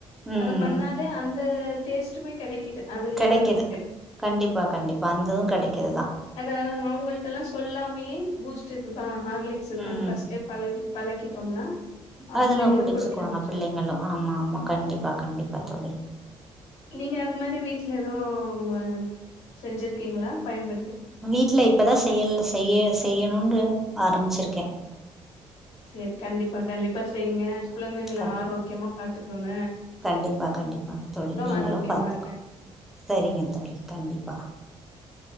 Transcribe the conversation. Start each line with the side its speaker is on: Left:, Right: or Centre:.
Centre: ம்
Left: அத பண்ணாலே அந் த டேஸ்ட்டுமே கெடைக்குது அதுலயே
Centre: கெடைக்குது
Left: வந்துட்டு
Centre: கண்டிப்பா கண்டிப்பா அந்ததும் கெடைக்குதுதான்
Left: அத அவங்கள்டெல்லாம் சொல்லாமையே பூஸ்ட் இது தான் ஹார்லிக்ஸ் இதுதான்
Centre: ம்
Left: ஃபஸ்டே பழகி பழக்கிட்டோம்னா அ
Centre: அதுங்க
Left: பிள்ளைங்களு
Centre: குடிச்சுக்குவாங்க
Left: குடிக்க ஆரம்பிச்சு
Centre: பிள்ளைங்களும் ஆமா ஆமா கண்டிப்பா கண்டிப்பா தோழி
Left: நீங்க அது மாரி வீட்டுல எதவும் செஞ்சிருக்கீங்களா பயன்படுத்த
Centre: வீட்ல இப்பதான் செய்யல் செய்ய செய்ய செய்யணும் ஆரம்பிச்சிருக்கேன்
Left: செரி கண்டிப்பா கண்டிப்பா செய்ங்க குழந்தைங்கல
Centre: கண்
Left: ஆரோக்கியமா பாாரத்துக்கோங்க
Centre: கண்டிப்பா கண்டிப்பா தோழி நீங்களும்
Left: ஆரோக்கியமா
Centre: பாத்துக்க
Left: இருங்க
Centre: சரிங்க தோழி கண்டிப்பா